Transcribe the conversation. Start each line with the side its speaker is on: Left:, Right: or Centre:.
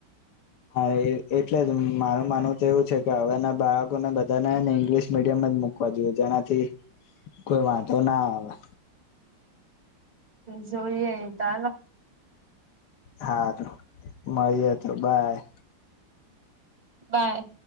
Left: હા, એટલે જ મારું માનવું તો એવું છે, કે હવે ના બાળકોને બધાને ને ઇંગ્લિશ મીડિયમ મકવા જો જેનાથી કોઈ વાંધો ના આવે,
Right: જોઈએ તારા
Left: હારું મળીએ તો બાય
Right: બાય.